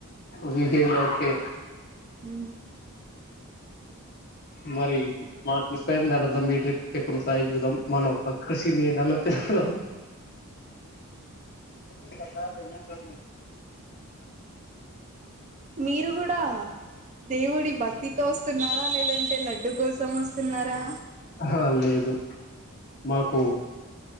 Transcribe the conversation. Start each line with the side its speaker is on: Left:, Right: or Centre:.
Left: విక ఓకే
Right: ఉ
Left: మరి మా ట్రిప్ ఏం దరాం మీ ట్రిప్ కొనసాించాం మనం కృషినిదన్న వత్త స పతదనా క
Right: మీరు కూడా దేవుడి భక్తితో వస్తున్నారా లేదంటే లడ్డు కోసం వస్తున్నారా
Left: ఆహ లేదు మాకు